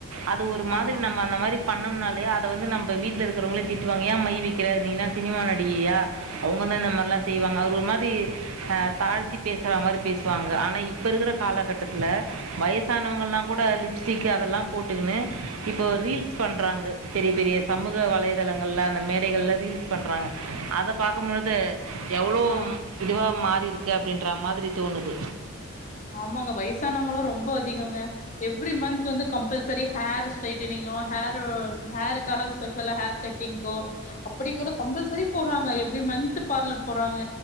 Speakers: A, on the right; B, on the left.
A: அது ஒரு மாதிரி
B: ஆமா
A: நம்ம அந்த மாரிப் பண்ணம்னாலே அத வந்து நம்ப வீட்ல இருக்குறவுங்களே திட்டுவாங்க ஏன் மை வைக்கிற நீ என்ன சினிமா நடிகையா அவுங்கதா இந்த மார்லா செய்வாங்க அது ஒரு மாரி தாழ்த்தி பேசுற மாரி பேசுவாங்க ஆனா இப்ப இருக்கிற காலகட்டத்துல வய வயசானவங்கல்லா கூட லிப்ஸ்டிக் அதெல்லாம் போட்டுக்கணு இப்போ ரீல்ஸ் பண்றாங்க பெரிய பெரிய சமூக வலைதளங்கள்ல அந்த மேடைகள்ல ரீல்ஸ் பண்றாங்க அத பாக்கும்போது எவுளோ
B: ஆ
A: இதுவா மாறிருக்கு அப்டின்ற மாதிரி தோணுது
B: ஆமாங்க வயசானவுங்குளு ரொம்போ அதிகோங்க எவ்ரி மந்த்த் வந்து கம்பல்சரி ஹேர் ஸ்ட்ரைட்டனிங்கோ ஹேர் ஹேருக்காக ஸ்பெஷலா ஹேர் கட்டிங்க்கோ அப்படி கூட கம்பல்சரி போறாங்க எவுரி மன்த்து பார்லர் போறாங்க